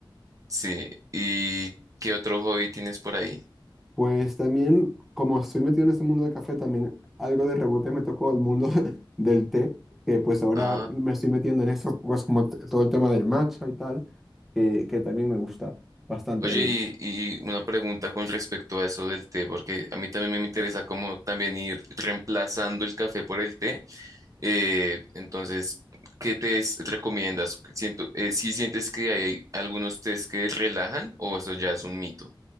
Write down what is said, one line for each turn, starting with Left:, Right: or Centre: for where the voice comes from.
Right: Sí, ¿y qué otro hobby tienes por ahí?
Centre: Pues también, como estoy metido en este mundo del café, también algo de rebote me tocó el mundo <laughs> del té, que pues ahora
Right: Ah.
Centre: me estoy metiendo en eso, pues como t- todo el tema del matcha y tal, que, que también me gusta bastante
Right: Oye,
Centre: el...
Right: y, y una pregunta con respecto a eso del té, porque a mí también me interesa cómo también ir reemplazando el café por el té. Eh, entonces, ¿qué tés recomiendas? Siento, eh, ¿sí sientes que hay algunos tés que relajan o eso ya es un mito?